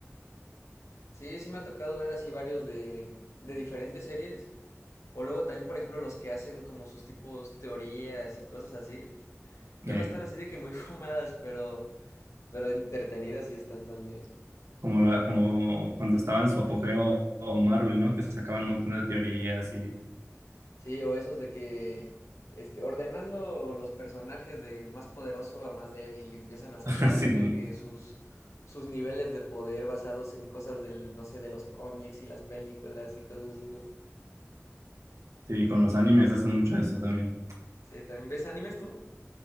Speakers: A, on the left (about 70°); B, on the right (about 70°).
A: Sí, sí me ha tocado ver así varios de, de diferentes series. O luego también, por ejemplo, los que hacen como sus tipos teorías y cosas así.
B: eh,
A: Luego están así de que muy <laughs> fumadas, pero... Pero entretenidas sí están también.
B: como, la- como cuando estaba en su apogeo o Marvel, ¿no? Que sacaban un montón de teorías y
A: Sí, o esos de que este, ordenando los personajes de más poderoso a más débil, y empiezan a sacar
B: <laughs> así,
A: así
B: bueno.
A: de que sus, sus niveles de poder basados en cosas del, no sé, de los cómics y las películas y cosas así, ¿no?
B: Sí, con los animes hacen mucho eso también.
A: Sí, ¿también ves animes tú?